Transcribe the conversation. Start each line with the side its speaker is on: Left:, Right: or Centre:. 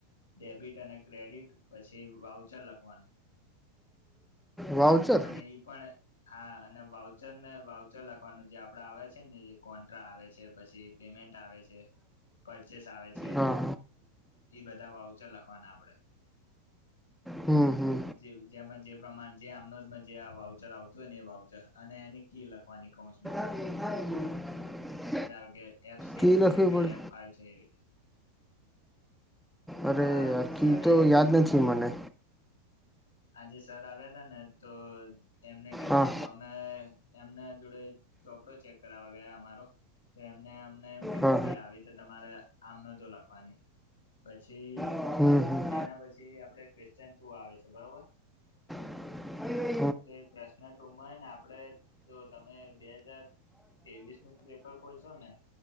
Left: ડેબિટ અને ક્રેડિટ પછી વાઉચર લખવાનું
Centre: વાઉચર
Left: અને ઈ પણ હા અને વાઉચરને વાઉચર લખવાનું જે આપડા આવે છેને જે કોન્ટ્રા આવે છે પછી પેમેન્ટ આવે છે, પરચેસ આવે છે.
Centre: હા
Left: તે ઈ બધા વાઉચર લખવાના આપડે
Centre: હમ હમ
Left: જે જેમાં જે પ્રમાણે જે આમનોટ જે આ વાઉચર આવતું હોય ને એ વાઉચર અને એની કી લખવાની કાઉન્સમાં
Centre: <inaudible>
Left: ધારો કે એફ સિક્સ
Centre: કી લખવી
Left: છે કે
Centre: પડે
Left: એફ ફાઈવ છે એ
Centre: અરે
Left: હા
Centre: યાર! કી
Left: સરે
Centre: તો
Left: એવું
Centre: યાદ
Left: કીધું
Centre: નથી
Left: તું
Centre: મને.
Left: આજે સર આવ્યાતા ને તો એમને કીધું
Centre: હા
Left: હતું. આ અમે એમના જોડે ચોપડો ચેક કરાવવા ગયા અમારો તો એમને અમને એમ કીધું
Centre: હા
Left: કે આવી રીતે તમારે આમ નતું લખવાની પછી,
Centre: હમ હમ
Left: એના પછી આપડે ક્વેશ્ચન ટુ આવે છે, બરોબર?
Centre: <inaudible>
Left: તો એ પ્રશ્ન ટુમાં હેને આપડે જો તમે બે હજાર તેવીસનું પેપર ખોલશો ને